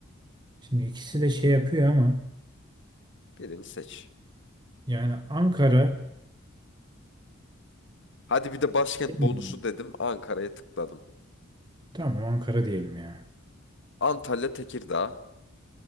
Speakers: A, on the right; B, on the left.
A: Şimdi ikisi de şey yapıyor ama
B: Birini seç.
A: yani Ankara
B: Hadi bir de başkent
A: Bilmiyorum.
B: bonusu dedim Ankara'ya tıkladım.
A: Tamam Ankara diyelim ya.
B: Antalya Tekirdağ.